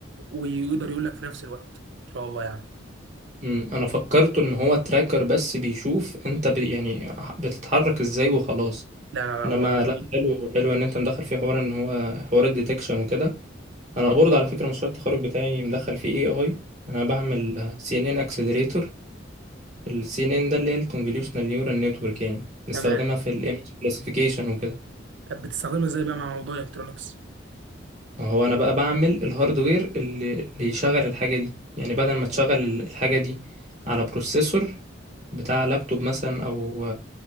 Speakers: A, on the right; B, on the right.
A: ويقدر يقول لك في نفس الوقت ان شاء الله يعني
B: مم، انا فكرت ان هو تراكر بس بيشوف انت ب... يعني بتتحرك ازاي وخلاص
A: لا لا لا
B: انما
A: هو
B: لا
A: بي-
B: حلو حلو ان انت مدخل فيه حوار ان هو حوار الديتكشن وكده انا برضه على فكره مشروع التخرج بتاعي مدخل فيه اي اي انا بعمل سي ان ان اكسلريتور السي ان ان ده اللي هي الكونفوليوشنال نيورال نتورك يعني نستخدمها
A: تمام
B: في الايمج كلاسيفيكيشن وكده
A: طب بتستخدمها ازاي بقى مع موضوع الالكترونكس
B: فهو انا بقى بعمل الهاردوير اللي اللي يشغل الحاجه دي يعني بدل ما تشغل الحاجه دي على بروسيسور بتاع لابتوب مثلا او